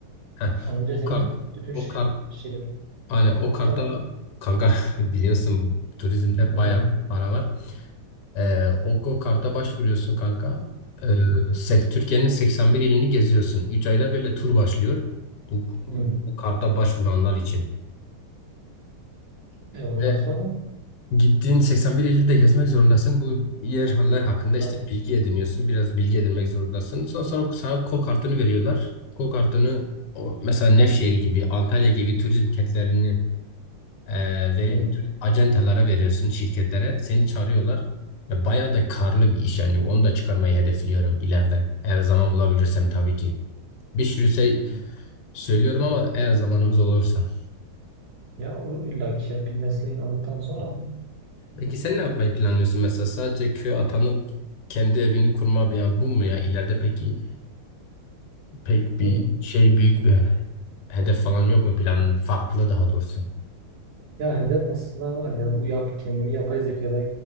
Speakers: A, on the left; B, on the right.
A: Heh,
B: Ama Önce
A: o
B: senin
A: kart
B: bütün
A: o
B: ş-
A: kart
B: şey
A: aynen o karta
B: ta,
A: kanka <laughs> biliyorsun turizmde
B: Hı.
A: bayağı para var. Eee o, o karta başvuruyorsun kanka. Eee, sek- Türkiye'nin 81 ilini geziyorsun. üç ayda böyle tur başlıyor. Bu,
B: Hı.
A: bu karta başvuranlar için.
B: E ondan
A: Ve
B: sonra
A: Gittiğin 81 ili de gezmek zorundasın. Bu yerler hakkında
B: ta,
A: işte bilgi ediniyorsun. Biraz bilgi edinmek zorundasın. Sonra, sonra sana KO kartını veriyorlar. KO kartını o, mesela Nevşehir gibi, Antalya gibi turizm kentlerini e, veri-
B: Hı.
A: tur- acentalara veriyorsun, şirketlere. Seni çağırıyorlar. Ve bayağı da karlı bir iş yani. Onu da çıkarmayı hedefliyorum ileride. Eğer zaman bulabilirsem tabii ki. Bir sürü şey
B: Hı.
A: söylüyorum ama eğer zamanımız olursa.
B: Ya olur illa ki ya, bir mesleği aldıktan sonra.
A: Peki sen ne yapmayı planlıyorsun mesela sadece köye atanıp kendi evini kurma yani bu mu ya ileride peki pek
B: Hı.
A: bir şey büyük bir hedef falan yok mu planın farklı daha doğrusu
B: Ya hedef aslında var ya bu yap kendimi yapay zekada